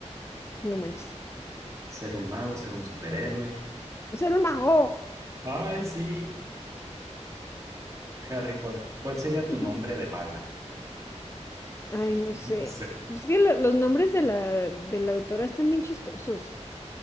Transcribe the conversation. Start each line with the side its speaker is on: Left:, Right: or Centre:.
Left: no manches.
Right: Ser un mago, ser un superhéroe.
Left: Ser un mago.
Right: Ay, sí, Harry Potter. ¿Cuál sería tu
Left: Ujú.
Right: nombre de maga?
Left: Ay,
Right: <laughs>
Left: no sé.
Right: No sé.
Left: Pues es que lo- los nombres de la, de la autora están bien chistosos.